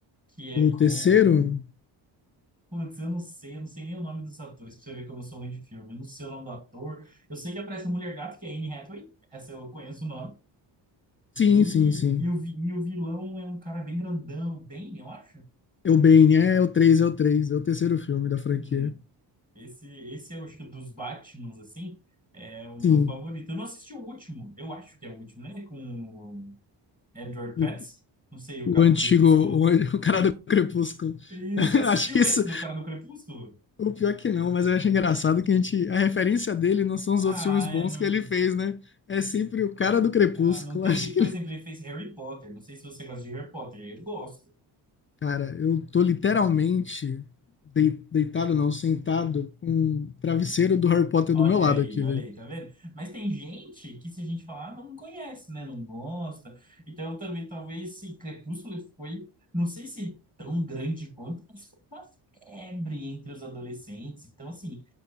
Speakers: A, on the right (about 20°); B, on the left (about 30°).
A: que é
B: O
A: com.
B: terceiro?
A: Putz, eu não sei, eu não sei nem o nome dos atores, pra você ver como eu sou ruim de filme. Eu não sei o nome do ator. Eu sei que aparece a Mulher Gato, que é Anne Hathaway, essa eu conheço o nome.
B: Sim,
A: E,
B: sim, sim.
A: e, o, vi- e o vilão é um cara bem grandão, bem, eu acho.
B: É o Bane, é é o 3 é o 3 é o terceiro filme da franquia.
A: Hum, esse, esse é, eu acho que dos Batmans, assim. É o meu
B: Sim.
A: favorito. Eu não assisti o último, eu acho que é o último, né? Com Edward
B: O,
A: Pets, não sei, o
B: o
A: cara
B: antigo,
A: do Crepúsculo.
B: o, an- <laughs> o cara do Crepúsculo.
A: E
B: <laughs>
A: você assistiu
B: Acho que isso,
A: esse do cara do Crepúsculo?
B: o pior que não, mas eu acho engraçado que a gente, a referência dele não são os
A: Ah,
B: outros filmes bons
A: é, não.
B: que ele fez, né? É sempre o cara do Crepúsculo.
A: Ah, não tem
B: <laughs> Acho
A: jeito.
B: que,
A: Por
B: ele-
A: exemplo, ele fez Harry Potter. Não sei se você gosta de Harry Potter. Eu gosto.
B: cara, eu tô literalmente dei- deitado, não, sentado com um travesseiro do Harry Potter
A: Olha
B: do meu lado
A: aí,
B: aqui,
A: olha
B: velho.
A: aí, tá vendo? Mas tem gente que, se a gente falar, não conhece, né? Não gosta. Então, também, talvez, se Crepúsculo foi, não sei se tão grande quanto, mas foi uma febre entre os adolescentes. Então, assim,